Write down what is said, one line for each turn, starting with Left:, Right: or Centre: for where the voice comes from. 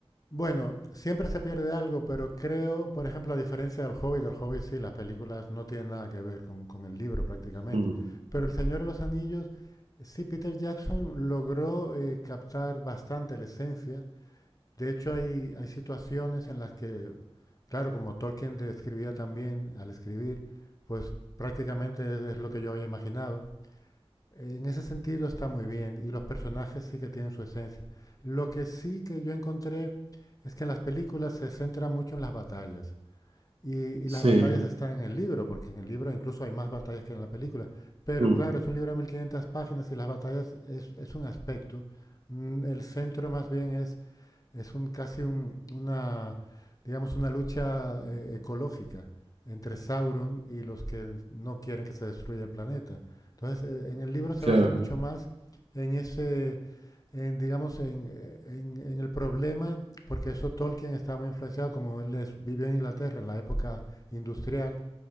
Left: Bueno, siempre se pierde algo, pero creo, por ejemplo, a diferencia del Hobbit, el Hobbit sí, las películas no tienen nada que ver con, con el libro prácticamente.
Right: Mm,
Left: Pero El Señor de los Anillos, sí, Peter Jackson logró eh, captar bastante la esencia. De hecho, hay, hay situaciones en las que, claro, como Tolkien describía también al escribir, pues prácticamente es, es lo que yo había imaginado. En ese sentido está muy bien y los personajes sí que tienen su esencia. Lo que sí que yo encontré es que en las películas se centra mucho en las batallas. Y, y
Right: sí,
Left: las batallas están en el libro, porque en el libro incluso hay más batallas que en la película. Pero
Right: mm,
Left: claro, es un libro de 1500 páginas y las batallas es, es un aspecto. Mm, El centro más bien es es un, casi un- una, digamos, una lucha eh, ecológica entre Sauron y los que no quieren que se destruya el planeta. Entonces, eh, en el libro se
Right: claro,
Left: basa mucho más en ese, en, digamos, en, eh, en- en el problema, porque eso Tolkien estaba muy influenciado, como él es- vivió en Inglaterra en la época industrial,